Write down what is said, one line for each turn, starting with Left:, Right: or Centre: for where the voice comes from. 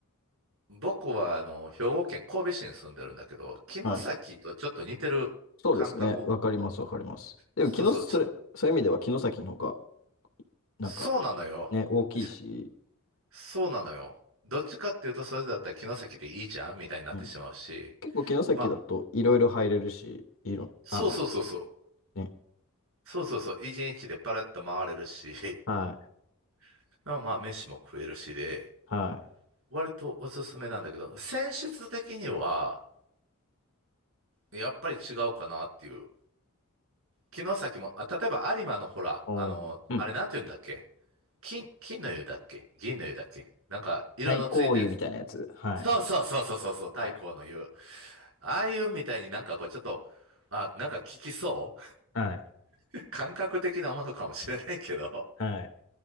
Right: 僕はあの兵庫県神戸市に住んでるんだけど、城崎とちょっと似てる感覚、
Left: はい。そうですね。わかりますわかります。でも、
Right: そうそう、
Left: 城それ、
Right: ちょ、
Left: そういう意味では城崎の方が、なんか
Right: そうなのよ。
Left: ね、大きいし、
Right: <laughs> そうなのよ。どっちかっていうと、それだったら城崎でいいじゃんみたいになってしまうし、
Left: うん。結構城崎だといろいろ入れるし、
Right: まあ、
Left: いろ、
Right: そうそうそうそう。
Left: あの、ね。
Right: そうそうそう。一日でパラッと回れるし、
Left: はい。
Right: <laughs> まあ、まあ飯も食えるしで、
Left: はい。
Right: 割とおすすめなんだけど、選出的には、やっぱり違うかなっていう。城崎も、あ、例えば有馬のほら、
Left: おーうん。
Right: あの、あれなんて言うんだっけ金、金の湯だっけ銀の湯だっけなんか、色のついたやつ。
Left: 太閤湯みたいなやつ。はい。
Right: そうそうそうそうそうそう、太閤の湯。
Left: はい。
Right: ああいうみたいになんかこう、ちょっと、あ、なんか効きそ
Left: はい。
Right: う <laughs> 感覚的なものかもしれないけど、
Left: はい。